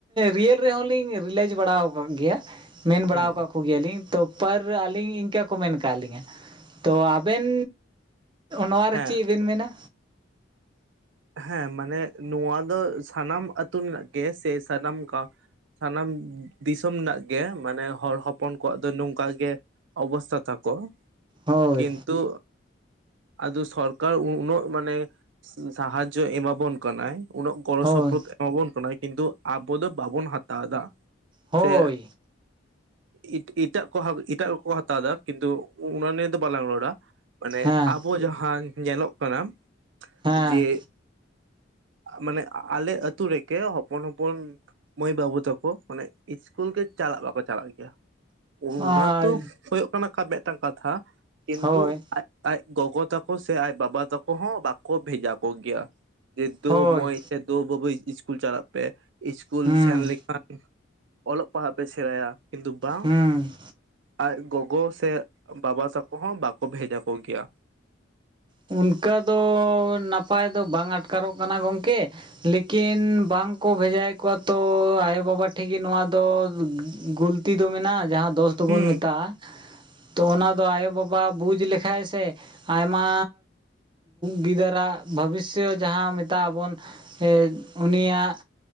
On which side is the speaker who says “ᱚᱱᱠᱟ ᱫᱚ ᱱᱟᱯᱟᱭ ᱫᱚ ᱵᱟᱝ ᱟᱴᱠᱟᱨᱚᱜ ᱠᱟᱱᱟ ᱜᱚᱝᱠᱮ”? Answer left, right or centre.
Right